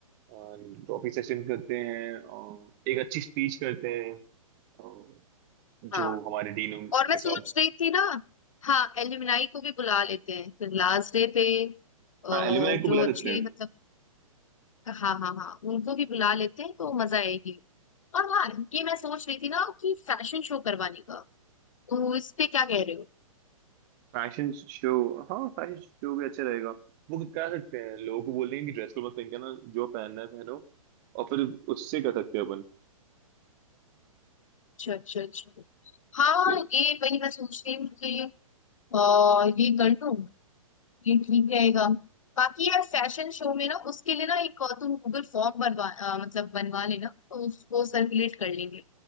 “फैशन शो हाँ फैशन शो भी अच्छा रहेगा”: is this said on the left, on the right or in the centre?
Right